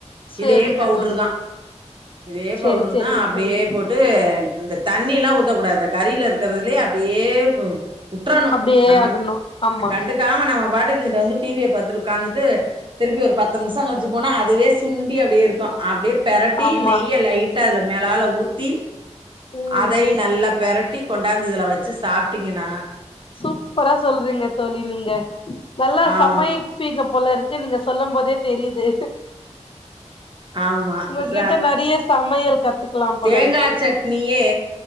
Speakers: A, on the left; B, on the right.
A: சேரிங்க
B: இதே பவுட்ரு
A: தோழி
B: தா இதே
A: சேரி
B: பவுட்ரு
A: சேரிங்க
B: தா அப்டியே
A: தோழி
B: போட்டு இந்த தண்ணி எல்லா ஊத்தக்கூடாது கறில இருக்கறதிலயே அப்டியே ம் உட்றணும்
A: அப்டியே
B: நம்ம
A: ஆகணு ஆமா
B: கண்டுக்காம நம்ம பாட்டுக்கு இங்கிட்டு வந்து டிவிய பாத்துட்டு உக்காந் ட்டு திருப்பி ஒரு பத்து நிமிசம் கழிச்சி போனா அது வேஸ் சுண்டி அப்டியே இருக்கும் அப்டியே பெரட்டி
A: ஆமா
B: நெய்ய லைட் டா அதுல மேலால ஊ ஊத்தி
A: ம்
B: அதயும் நல்லா பெரட்டி கொண்டாந்து இதுல வச்சு சாப் ட்டீங்கன்னா
A: சூப்பரா சொல்றீங்க தோழி நீங்க நல்லா
B: ஆமா
A: சமைப்பீங்க போல இருக் க்கு நீங்க சொல்லும் போதே தெரியிது.
B: ஆமா
A: உங்ககிட்ட
B: ச
A: நெறைய சமையல் கத்துக்கலாம் போல
B: தேங்கா
A: இருக்கு
B: சட்னியே